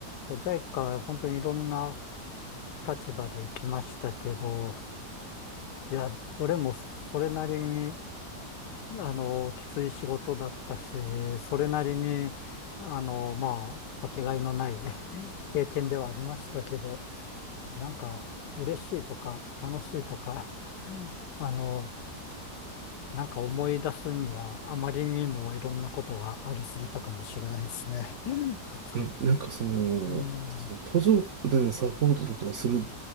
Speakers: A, on the left; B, on the right.
A: ジャイカ本当にいろんな立場で行きましたけど、いや、どれもそれなりに、あの、きつい仕事だったし、それなりに、あの、まあ、かけがえのない <laughs> 経験ではありましたけど、なんか、嬉しいとか、楽しいとか <laughs>、うん <laughs> あの、なんか思い出すには、あまりにもいろんなことがありすぎたかもしれないですね。<laughs>
B: え、なんかその、
A: うん、
B: その途上国でのサポートとかをするっ